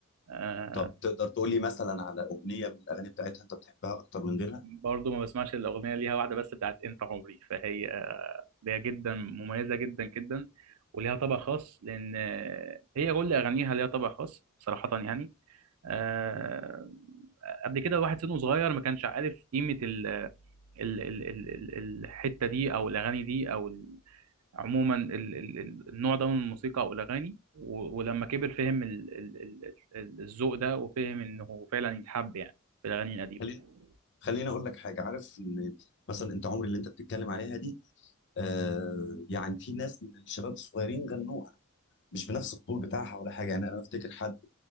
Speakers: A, on the right; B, on the left.
A: آه،
B: طب تقدر تقول لي مثلا على اغنيه من الاغاني بتاعتها انت بتحبها اكتر من غيرها
A: برضه ما بسمعش الأغنية ليها واحدة بس بتاعت أنت عمري فهي أغنية جدا مميزة جدا جدا وليها طبع خاص لأن هي كل أغانيها ليها طبع خاص صراحة يعني آه، قبل كده واحد سنه صغير ما كانش عارف قيمة ال ال ال ال ال الحتة دي أو الأغاني دي أو ال- عموما ال ال ال- النوع ده من الموسيقى أو الأغاني و- ولما كبر فهم ال ال ال ال- الذوق ده وفهم إنه فعلا يتحب يعني في الأغاني القديمة
B: خلينا خلينا اقول لك حاجه عارف ان مثلا انت عمري اللي انت بتتكلم عليها دي آه يعني في ناس من الشباب الصغيرين غنوها مش بنفس الطول بتاعها ولا حاجه يعني انا افتكر حد